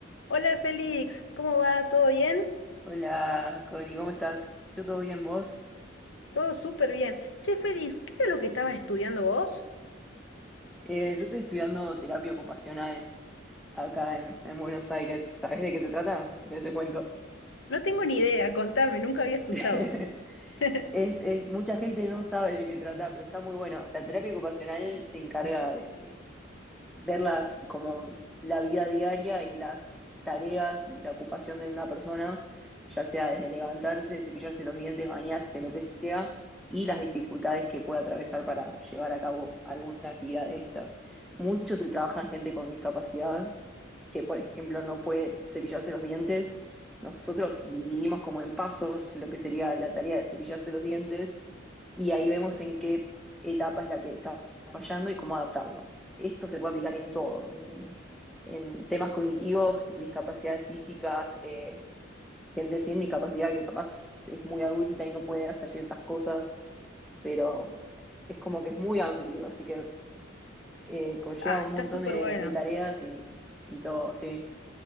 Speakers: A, on the left; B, in the centre.
A: Hola Félix, ¿cómo va? ¿Todo bien?
B: Hola, Cori, ¿cómo estás? Yo todo bien, ¿vos?
A: Todo súper bien. Che, Félix, ¿qué era lo que estabas estudiando vos?
B: Eh, yo estoy estudiando terapia ocupacional acá en, en Buenos Aires. ¿Sabés de qué se trata? Si querés te cuento.
A: No tengo ni idea, contame, nunca había escuchado.
B: <laughs>
A: <laughs>
B: Es, es- mucha gente no sabe de qué trata, pero está muy bueno. La terapia ocupacional se encarga de verlas como la vida diaria y las tareas y la ocupación de una persona, ya sea desde levantarse, cepillarse los dientes, bañarse, lo que sea, y las dificultades que puede atravesar para llevar a cabo alguna actividad de estas. Mucho se trabaja en gente con discapacidad, que por ejemplo no puede cepillarse los dientes. Nosotros dividimos como en pasos lo que sería la tarea de cepillarse los dientes y ahí vemos en qué etapa es la que está fallando y cómo adaptarlo. Esto se puede aplicar en todo, en, en temas cognitivos, discapacidades físicas, eh, gente sin discapacidad que capaz es muy adulta y no puede hacer ciertas cosas, pero es como que es muy amplio, así que eh, conlleva
A: Ah,
B: un
A: está
B: montón
A: súper
B: de,
A: bueno,
B: de tareas y, y todo, sí.